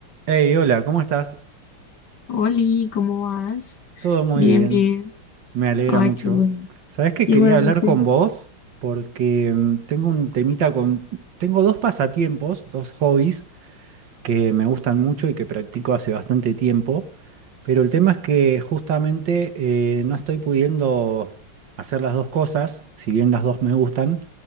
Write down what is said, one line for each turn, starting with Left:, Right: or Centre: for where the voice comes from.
Right: Hey, hola, ¿cómo estás?
Left: Oli, ¿cómo vas?
Right: Todo muy
Left: Bien,
Right: bien,
Left: bien.
Right: me alegra
Left: Ay,
Right: mucho.
Left: qué bueno.
Right: Sabés que
Left: Igualmente,
Right: quería hablar con vos porque mm, tengo un temita con... Tengo dos pasatiempos, dos hobbies que me gustan mucho y que practico hace bastante tiempo, pero el tema es que justamente eh, no estoy pudiendo hacer las dos cosas, si bien las dos me gustan,